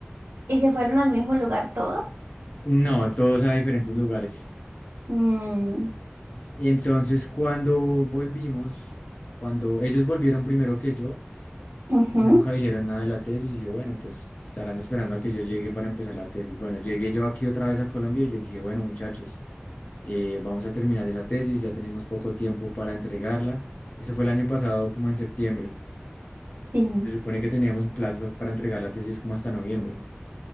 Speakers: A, on the right (about 65°); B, on the left (about 40°).
A: ¿Y se fueron al mismo lugar todos?
B: No, todos a diferentes lugares.
A: Mm,
B: Y entonces cuando volvimos, cuando ellos volvieron primero que yo
A: ujú,
B: y nunca dijeron nada de la tesis, y yo, bueno, pues estarán esperando a que yo llegue para empezar la tesis. Bueno, llegué yo aquí otra vez a Colombia y les dije, bueno, muchachos, eh, vamos a terminar esa tesis, ya tenemos poco tiempo para entregarla. Eso fue el año pasado, como en septiembre.
A: Sí.
B: Se supone que teníamos un plazo para entregar la tesis como hasta noviembre,